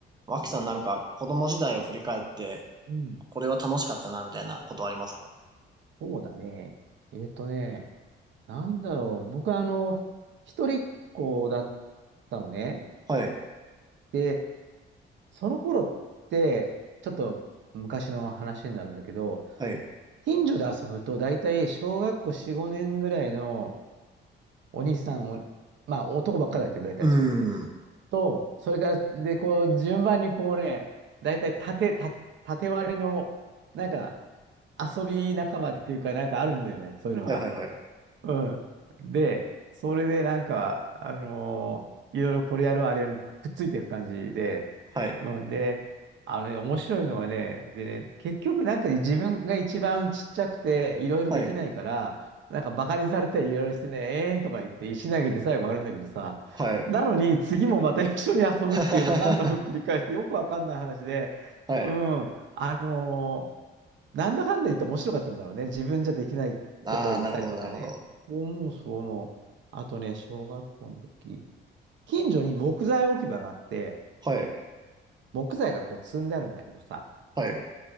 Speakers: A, on the right; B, on the right.
A: 脇さんなんか子供時代を振り返って、
B: うん。
A: これは楽しかったな、みたいなことありますか
B: そうだね。えっとね、なんだろう。僕はあの、一人っ子だったのね。
A: はい、
B: で、その頃って、ちょっと昔の話になるんだけど、
A: はい。
B: 近所で遊ぶと大体小学校4、5年ぐらいのお兄さんを、まあ男ばっかだけど大体そうできて。
A: うーん。
B: と、それから、で、こう、順番にこうね、大体縦、縦、縦割りの、なんか、遊び仲間っていうか、なんかあるんだよね。そういうのが。
A: はい、はい、はい。
B: うん。で、それでなんか、あのーいろいろこれやるあれやるくっついていく感じで、
A: はい、
B: うん。で、あのね、面白いのはね、でね、結局なんか自分が一番ちっちゃくて、いろいろできないから、
A: はい、
B: なんかバカにされたりいろいろしてね、えーんとか言って石投げて最後あるんだけどさ、
A: はい。
B: なのに次もまた一緒に遊ぶっていうのを何度も繰り返してよくわかんない話で、
A: <laughs> はい。
B: うん。あのーなんだかんだ言って面白かったんだろうね。自分じゃできないとこ行ったりとかね。
A: ああ、なるほど、なるほど。
B: そう思う、そう思う。あとね、小学校の時、近所に木材置き場があって、
A: はい、
B: 木材がこう積んであるんだけどさ、
A: はい。